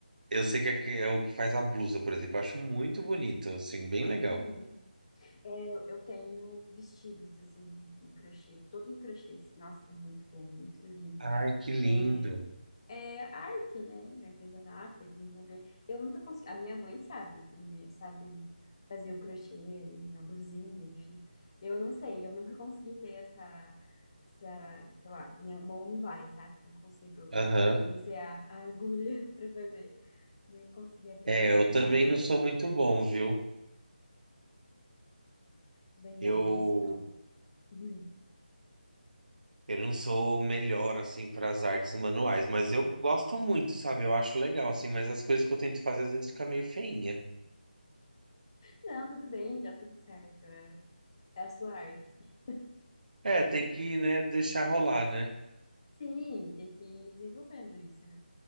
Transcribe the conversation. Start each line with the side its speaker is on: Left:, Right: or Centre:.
Right: eu sei que é que- é o que faz a blusa, por exemplo. Eu acho muito bonito, assim, bem legal.
Left: Uhum. É, eu eu tenho vestidos assim de, de crochê, todo em crochê. assim. Nossa, é muito bom, muito lindo.
Right: Ai, que lindo.
Left: É é arte, né? Artesanato, é desenvolver. Eu nunca consegui. A minha mãe sabe, e sabe fazer o crochê, e a blusinha, enfim. Eu não sei, eu nunca consegui ter essa, essa, sei lá, minha mão não vai, sabe? Não consigo
Right: Aham.
Left: manusear a agulha <laughs> para fazer. Não consegui aprender
Right: É, eu também
Left: ainda.
Right: não sou muito bom, viu?
Left: Bem,
Right: Eu,
Left: não, esse não. <laughs>
Right: eu não sou o melhor, assim, para as artes manuais, mas eu gosto muito, sabe? Eu acho legal, assim, mas as coisas que eu tento fazer às vezes fica meio feinha.
Left: Não, tudo bem, tá tudo certo. É, É a sua arte.
Right: É, tem que, né, deixar rolar, né?
Left: Sim, tem que ir desenvolvendo isso, né?